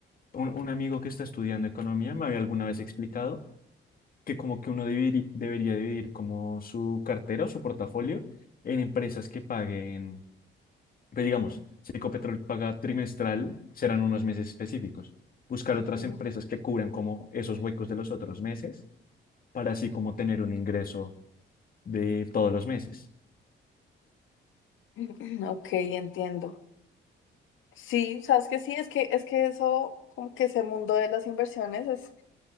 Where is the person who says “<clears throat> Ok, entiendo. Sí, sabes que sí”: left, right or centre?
Left